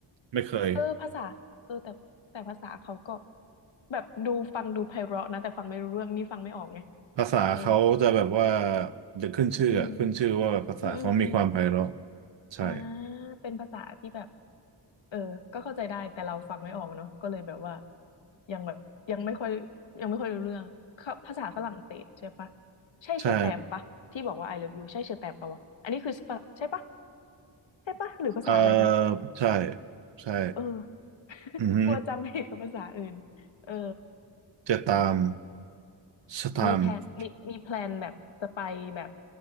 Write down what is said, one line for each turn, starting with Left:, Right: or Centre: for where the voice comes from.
Right: ไม่เคย
Left: เออภาษาเออแต่แต่ภาษาเขาก็แบบดูฟังดูไพเราะนะแต่ฟังไม่รู้เรื่องนี่ฟังไม่ออกไง
Right: ภาษาเขาจะแบบว่า
Left: เออ
Right: เดขึ้นชื่ออะขึ้นชื่อว่าภาษาเขามีความไพเราะ
Left: อืมอืมอืมอืม
Right: ใช่
Left: อ่าเป็นภาษาที่แบบ เออก็เข้าใจได้ แต่เราฟังไม่ออกเนาะก็เลยแบบว่ายังแบบยังไม่ค่อยยังไม่ค่อยรู้เรื่องเขาภาษาฝรั่งเศสใช่ปะใช่เชอแตมปะที่บอกว่า
Right: ใช่
Left: I love you ใช่เชอแตมปะวะอันนี้คือฝรั่งใช่ปะใช่ปะหรือภาษาอะไรนะ
Right: เออใช่ใช่
Left: เออ <laughs>
Right: อือฮึ
Left: กลัวจำผิดกับภาษาอื่นเออ
Right: จะตาม
Left: เออว่ะ
Right: สถามป
Left: มีแพลนมีมีแพลนแบบจะไปแบบ